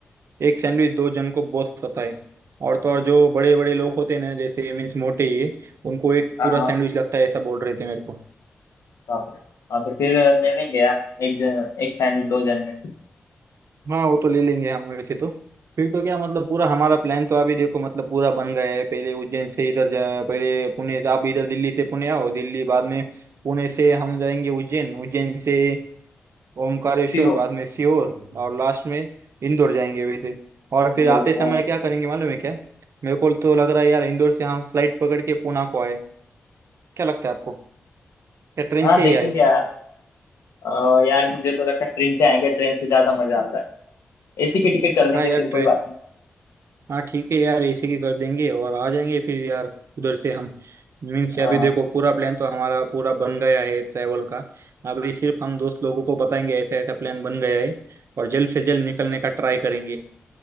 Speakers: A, on the right; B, on the left.
A: एक सैंडविच दो जन को बहुत सता है और तो और जो बड़े बड़े लोग होते हैं ना जैसे मीन्स मोटे ये उनको एक
B: हाँ
A: पूरा
B: हाँ
A: सैंडविच लगता है ऐसा बोल रहे थे मेरे को
B: बाप रे हाँ तो फिर ले लेंगे यार एक जन एक सैंडविच दो जन में
A: हाँ वो तो ले लेंगे हम वैसे तो फिर तो क्या मतलब पूरा हमारा प्लान तो अभी देखो मतलब पूरा बन गया है पहले उज्जैन से इधर जा पहले पुणे आप इधर दिल्ली से पुणे आओ दिल्ली बाद में पुणे से हम जाएंगे उज्जैन उज्जैन से ओमकारेश्वर
B: ठीक हो
A: बाद में सीहोर और लास्ट में इंदौर जाएंगे वैसे और
B: हाँ
A: फिर आते समय क्या करेंगे मालूम है क्या मेरे को तो लग रहा है यार इंदौर से हम फ्लाइट पकड़ के पुणे को आए क्या लगता है आपको या ट्रेन
B: हाँ
A: से
B: देखेंगे
A: ही आए
B: यार अ, यार मुझे तो लगता है ट्रेन से आएंगे ट्रेन से ज्यादा मजा आता है एसी की टिकट कर लेंगे
A: हाँ यार
B: फिर कोई
A: ट्रेन
B: बात नहीं
A: हाँ ठीक है यार इसी की कर देंगे और आ जाएंगे फिर यार उधर से हम मीन्स
B: हाँ
A: अभी देखो पूरा प्लान तो हमारा पूरा बन गया है ट्रैवल का अभी सिर्फ हम दोस्त लोगों को बताएंगे ऐसा ऐसा प्लान बन गया है और जल्द से जल्द निकलने का ट्राई करेंगे